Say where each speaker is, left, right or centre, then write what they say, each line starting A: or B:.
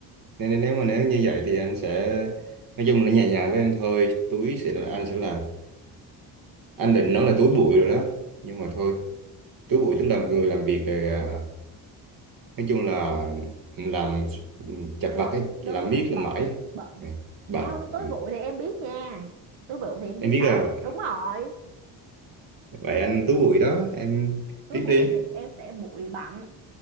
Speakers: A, on the right; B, on the right.
A: nên, nên nếu mà nếu như vậy thì anh sẽ nói chung là nhẹ nhàng với em thôi túi sẽ là anh sẽ là anh định nói là túi bụi rồi đó nhưng mà thôi túi bụi tức là một người làm việc rồi à, nói chung là làm chặt vặt ấy
B: đúng
A: làm
B: rồi
A: miết làm
B: bận
A: mãi ấy.
B: bận
A: Ừ, bạn
B: không túi
A: ừ.
B: bụi thì em biết nha. Túi bụi thì em biết
A: em biết
B: đó.
A: là
B: Đúng rồi,
A: vậy anh Tú Bụi đó em
B: túi
A: tiếp
B: bụi
A: đi
B: thì em sẽ bụi bặm.